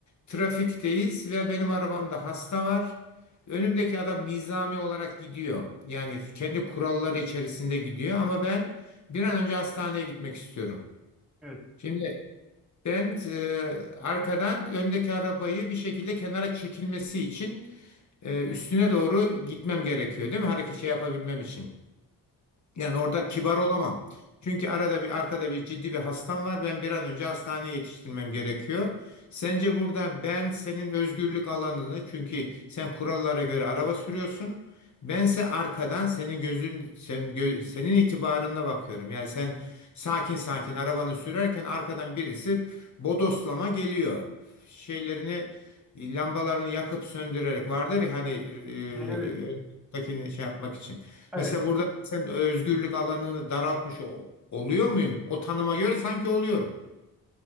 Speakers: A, on the left; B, in the centre.
A: Trafikteyiz ve benim arabamda hasta var. Önümdeki adam nizami olarak gidiyor. Yani kendi kuralları içerisinde gidiyor ama ben bir an önce hastaneye gitmek istiyorum.
B: Evet.
A: Şimdi ben e, arkadan öndeki arabayı bir şekilde kenara çekilmesi için e, üstüne doğru gitmem gerekiyor değil mi? Hareket şey yapabilmem için. Yani orada
B: Ha,
A: kibar olamam. Çünkü arada bir arkada bir ciddi bir hastam var. Ben bir an önce hastaneye yetiştirmem gerekiyor. Sence burada ben senin özgürlük alanını çünkü sen kurallara göre araba sürüyorsun. Bense arkadan senin gözün senin, gö- senin itibarında bakıyorum. Yani sen sakin sakin arabanı sürerken arkadan birisi bodoslama geliyor. Şeylerini lambalarını yakıp söndürerek vardır ya hani e,
B: Evet.
A: öndekini şey yapmak için.
B: Evet.
A: Mesela burada sen özgürlük alanını daraltmış o- oluyor muyum? O tanıma göre sanki oluyorum.